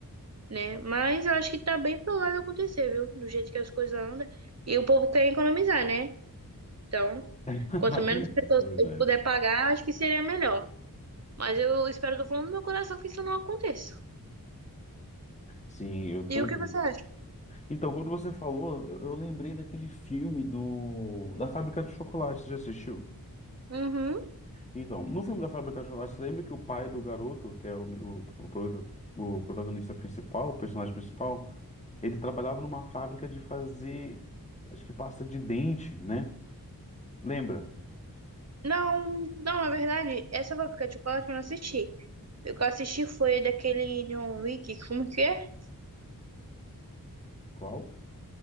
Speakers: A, on the right; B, on the left.
A: né? Mas eu acho que tá bem provável acontecer, viu? Do jeito que as coisas andam. E o povo quer economizar, né? Então,
B: <laughs>
A: quanto menos pessoas
B: É Verdade.
A: eu puder pagar, acho que seria melhor. Mas eu espero do fundo do meu coração que isso não aconteça.
B: Sim, eu também.
A: E o que você acha?
B: Então, quando você falou, eu, eu lembrei daquele filme do da Fábrica de Chocolate, você já assistiu?
A: Uhum.
B: Então, no filme da Fábrica de Chocolate, você lembra que o pai do garoto, que é o, o, o pro- o protagonista principal, o personagem principal, ele trabalhava numa fábrica de fazer, acho que pasta de dente, né? Lembra?
A: Não, não, na verdade, essa fábrica de chocolate eu não assisti. O que eu assisti foi daquele John Wick, como que é?
B: Qual?